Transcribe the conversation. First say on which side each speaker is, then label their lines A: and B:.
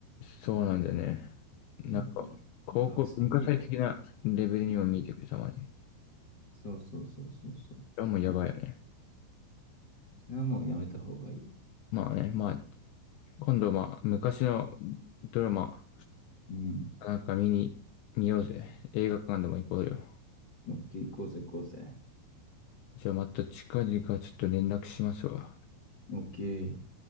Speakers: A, on the left; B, on the left.
A: そうなんだよね。なんか、
B: えみたいな。
A: 高校文化祭的なレベルにも見えてくる、
B: 学生映画じゃん。
A: たまに。
B: そうそうそうそうそう。
A: あ、もうやばいよね。
B: それはもうやめた方がいいよ。
A: まあね、まあ、今度まあ、昔のドラマ、
B: うん。
A: なんか見に、見ようぜ。映画館でも行こうよ。
B: オッケー、行こうぜ、行こうぜ。
A: じゃあまた近々ちょっと連絡しますわ。
B: オッケー。